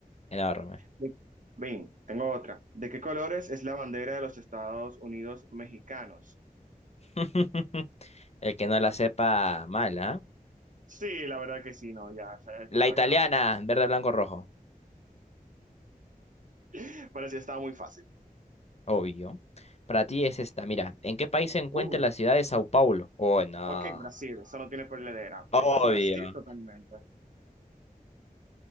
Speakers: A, on the left (about 45°); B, on the right (about 60°).
A: Enorme.
B: De- Ven, tengo otra. ¿De qué colores es la bandera de los Estados Unidos mexicanos?
A: <laughs> El que no la sepa, mala.
B: Sí, la verdad que sí, no, ya, ya,
A: La italiana,
B: ya,
A: verde, blanco, rojo.
B: ya. Pero sí, estaba muy fácil.
A: Obvio. Para ti es esta, mira, ¿en qué país se encuentra
B: Uh,
A: la ciudad de Sao Paulo? Oh, no.
B: ok, Brasil, eso no tiene perdedera.
A: Obvio.
B: Eso es Brasil totalmente.